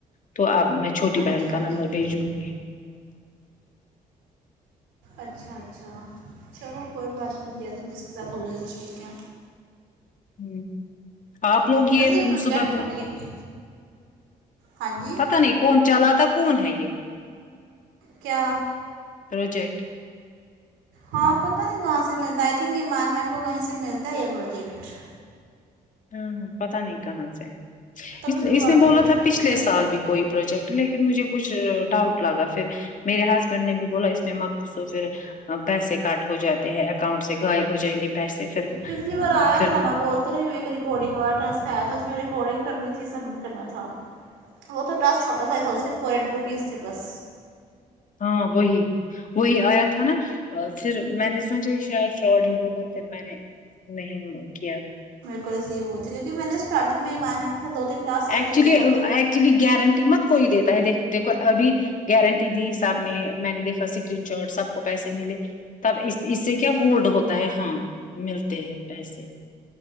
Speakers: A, on the left (about 45°); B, on the right (about 85°).
A: تو آپ میں چھوٹی
B: اچھا
A: بہن کا
B: اچھا
A: نمبر بھیجوں گی
B: اچھا اچھا چلو کوئی بات نہیں جیسے جس کے ساتھ ہو جائے تو ٹھیک ہے
A: ہ آپ لوگ
B: ویسے
A: یہ
B: پروجیکٹ
A: سدہ پ
B: تو ٹھیک ہاں جی
A: پتا نہیں کون چلا تھا کون ہے یہ
B: کیا
A: پروجیکٹ
B: ہاں پتا نہیں کہاں سے ملتا ہے آئی تھنک ایمار میم کو کہیں سے ملتا ہے یہ پروجیکٹ
A: ہاں پتا نہیں کہاں سے
B: تبھی
A: اس
B: تو وہ
A: اس
B: آگے
A: نے بولا
B: ڈسٹریبیوٹ
A: تھا پچھلے
B: کرتے
A: سال
B: ہیں
A: بھی کوئی پروجیکٹ لیکن مجھے کچھ ڈاؤٹ لگا پھر میرے ہسبینڈ نے بھی بولا اس میں مت گھسو پھر پیسے کاٹ ہو جاتے ہیں اکاؤنٹ سے غائب ہو جائیں گے پیسے پھر
B: پچھلی بار آیا
A: پھر
B: تھا نا بولتے ایک ریکارڈنگ والا ٹاسک آیا تھا اس میں ریکارڈنگ کرنی تھی سبمٹ کرنا تھا وہ تو ٹاسک اس چھوٹا سا تھا اس سے فور ایٹی روپیز تھے بس
A: ہاں وہی وہی آیا تھا نا پھر میں نے سوچے شاید فراڈ ہی ہوگا پھر میں نے نہیں کیا
B: کل سی ہو تھی کیونکہ میں نے اسٹارٹنگ میں <unintelligible> ایمار معم ک ساتھ دو تین ٹاسک کر
A: ایکچولی
B: لیے
A: ام ایکچولی گارنٹی مت کوئی دیتا ہے د دیکھو ابھی گارنٹی دی حساب نے میں نے دیکھا اسکرین شاٹ سب کو پیسے ملے تب اس اس سے کیا ہولڈ ہوتا ہے ہاں ملتے ہیں پیسے